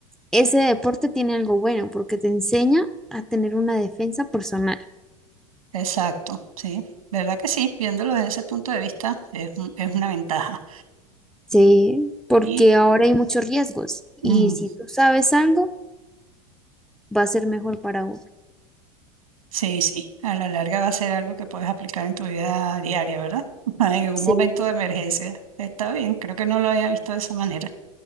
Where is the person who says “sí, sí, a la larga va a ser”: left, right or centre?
Right